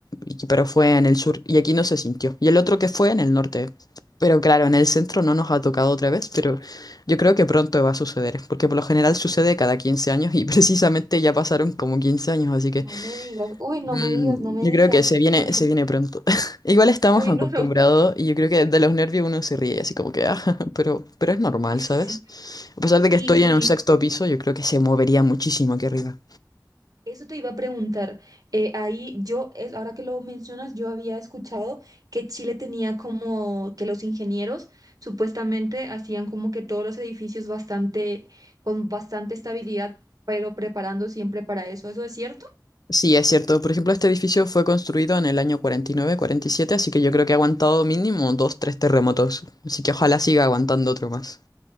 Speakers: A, on the left (about 60°); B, on the right (about 55°).
A: y que- pero fue en el sur y aquí no se sintió. Y el otro que fue en el norte. Pero claro, en el centro no nos ha tocado otra vez, pero yo creo que pronto va a suceder, porque por lo general sucede cada 15 años y <laughs> precisamente ya pasaron como 15 años, así que
B: No me digas, uy, no
A: mm,
B: me digas, no me
A: yo
B: digas,
A: creo que se viene,
B: por favor,
A: se viene pronto. <laughs> Igual estamos
B: uy,
A: acostumbrados
B: no, no.
A: y yo creo que de los nervios uno se ríe, así como que, ah, <laughs> pero, pero es normal,
B: <laughs> sí
A: ¿sabes? A pesar de que
B: Y,
A: estoy en un sexto
B: sí,
A: piso, yo creo que se movería muchísimo aquí arriba.
B: Eso te iba a preguntar. eh, ahí yo, es, ahora que lo mencionas, yo había escuchado que Chile tenía como que los ingenieros supuestamente hacían como que todos los edificios bastante, con bastante estabilidad, pero preparando siempre para eso. ¿Eso es cierto?
A: Sí, es cierto. Por ejemplo, este edificio fue construido en el año 49-47, así que yo creo que ha aguantado mínimo dos, tres terremotos. Así que ojalá siga aguantando otro más.